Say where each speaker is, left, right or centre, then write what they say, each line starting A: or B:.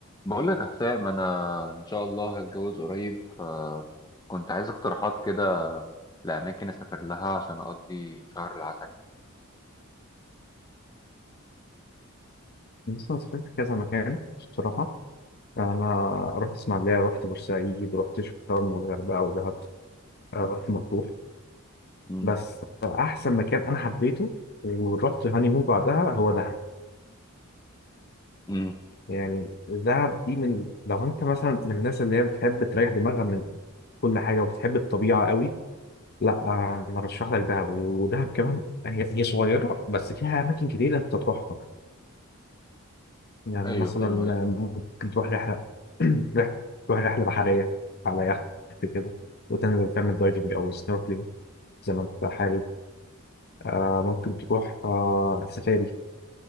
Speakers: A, on the left (about 20°); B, on the left (about 50°).
A: بقول لك يا حسام انا ان شاء الله هتجوز قريب فكنت عايز اقتراحات كده لاماكن اسافر لها عشان اقضي شهر العسل يعني
B: بص أنا سافرت كذا مكان الصراحة أنا رحت إسماعيلية رحت بورسعيد رحت شرم والغردقة ودهب آه، رحت مطروح
A: امم
B: بس أحسن مكان أنا حبيته ورحت هانيمون بعدها هو دهب
A: امم
B: يعني دهب دي من لو أنت مثلا من الناس اللي هي بتحب تريح دماغها من كل حاجة وبتحب الطبيعة قوي لا آه، أنا أرشح لك دهب ودهب كمان هي هي صغيرة بس فيها أماكن كتير أنت تروحها يعني
A: ايوه
B: مثلا
A: فاهم قصدك
B: ممكن تروح رحلة <clears throat> رحلة تروح رحلة بحرية على يخت كده وتنزل تعمل دايفنج أو سنوركلينج زي ما أنت حابب آه ممكن تروح آه سفاري